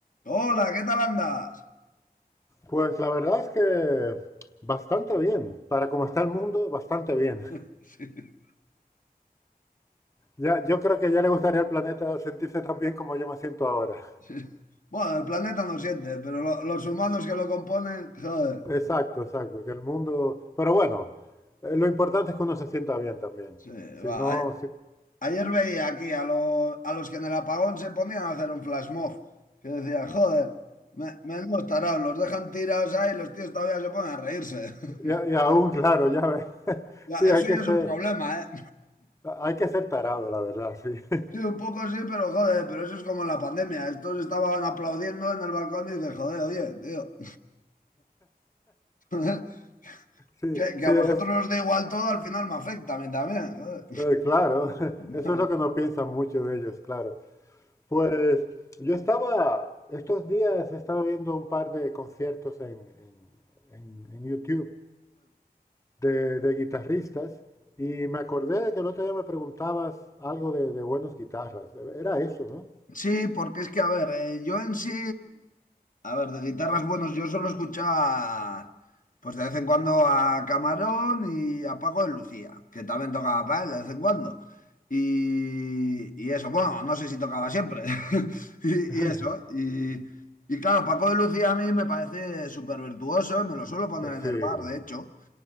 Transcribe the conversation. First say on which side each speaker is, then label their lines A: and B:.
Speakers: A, on the left (about 55°); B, on the left (about 20°).
A: Hola, ¿qué tal andas?
B: Pues la verdad es que bastante bien. Para como está el mundo, bastante bien.
A: <laughs> Sí,
B: Ya, yo creo que ya le gustaría al planeta sentirse tan bien como yo me siento ahora.
A: sí. Bueno, el planeta no siente, pero lo- los humanos que lo componen, joder.
B: Exacto, exacto. Que el mundo. Pero bueno, eh, lo importante es que uno se sienta bien también.
A: Sí,
B: Si
A: va.
B: no,
A: A-
B: si-
A: Ayer veía aquí a, lo- a los que en el apagón se ponían a hacer un flash mob, que decían joder, me, menudos tarados, los dejan tirados ahí y los tíos todavía se ponen a reírse. <laughs>
B: y, a- y aún, claro, ya ves. <laughs>
A: Ya,
B: Sí, hay
A: eso
B: que
A: ya
B: ser,
A: es un problema, ¿eh?
B: hay que ser tarado, la verdad, sí. <laughs>
A: Sí, un poco sí, pero joder, pero eso es como en la pandemia. Estos estaban aplaudiendo en el balcón y dices, joder, oye, tío. <laughs>
B: Sí,
A: Que, que
B: sí,
A: a
B: es,
A: vosotros os da igual todo, al final me afecta a mí también. joder.
B: eh, claro, <laughs>
A: <laughs>
B: eso es lo que no piensan muchos de ellos, claro. Pues yo estaba, estos días estaba viendo un par de conciertos en, en- en- en YouTube de, de guitarristas y me acordé de que el otro día me preguntabas algo de, de buenos guitarras. Era eso, ¿no?
A: Sí, porque es que, a ver, eh, yo en sí, a ver, de guitarras buenos, yo solo escuchaba, pues de vez en cuando a Camarón y a Paco de Lucía, que también tocaba para él de vez en cuando. Y, y eso, bueno, no sé si tocaba siempre. <laughs> Y,
B: <laughs>
A: y eso, y, y claro, Paco de Lucía a mí me parece súper virtuoso y me lo suelo poner
B: Eh, Sí.
A: en el bar, de hecho.